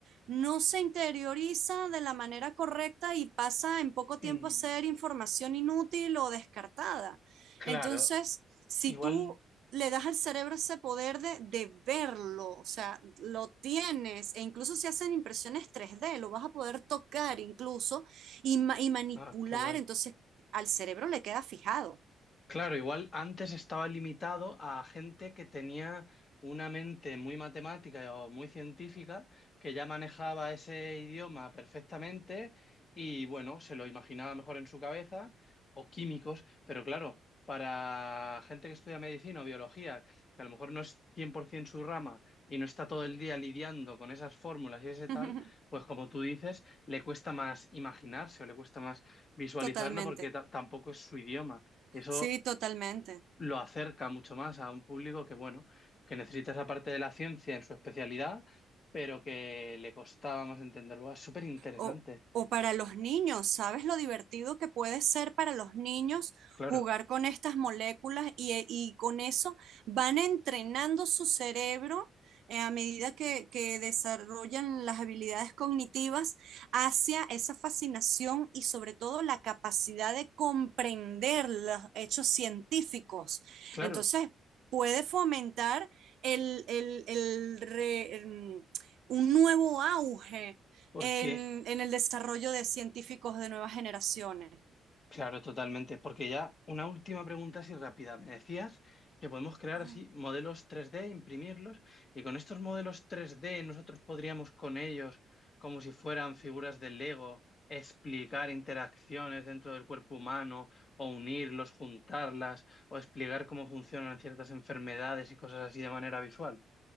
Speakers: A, on the right; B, on the left.
A: no se interioriza de la manera correcta y pasa en poco tiempo
B: Mm,
A: a ser información inútil o descartada.
B: claro,
A: Entonces, si
B: igual.
A: tú le das al cerebro ese poder de, de, verlo, o sea, lo tienes, e incluso si hacen impresiones tres d lo vas a poder tocar incluso y, ma y manipular,
B: Ah, qué guay.
A: entonces al cerebro le queda fijado.
B: Claro, igual antes estaba limitado a gente que tenía una mente muy matemática o muy científica, que ya manejaba ese idioma perfectamente y bueno, se lo imaginaba mejor en su cabeza, o químicos, pero claro, para gente que estudia medicina o biología, que a lo mejor no es 100% su rama y no está todo el día lidiando con esas fórmulas y ese tal,
A: <laughs>
B: pues como tú dices, le cuesta más imaginarse o le cuesta más visualizarlo
A: Totalmente.
B: porque ta- tampoco es su idioma. Eso
A: Sí, totalmente.
B: lo acerca mucho más a un público que, bueno, que necesita esa parte de la ciencia en su especialidad, pero que le costaba más entenderlo. Es súper interesante,
A: O, o para los niños, ¿sabes lo divertido que puede ser para los niños
B: claro,
A: jugar con estas moléculas y, eh, y con eso van entrenando su cerebro eh, a medida que, que desarrollan las habilidades cognitivas hacia esa fascinación y sobre todo la capacidad de comprender los hechos científicos?
B: claro,
A: Entonces, puede fomentar el, el, el re- el- un nuevo auge
B: porque
A: en, en el desarrollo de científicos de nuevas generaciones.
B: Claro, totalmente. Porque ya una última pregunta así rápida. Me decías que podemos crear
A: Ah,
B: así modelos tres d imprimirlos, y con estos modelos tres d nosotros podríamos con ellos, como si fueran figuras de Lego, explicar interacciones dentro del cuerpo humano, o unirlos, juntarlas, o explicar cómo funcionan ciertas enfermedades y cosas así de manera visual.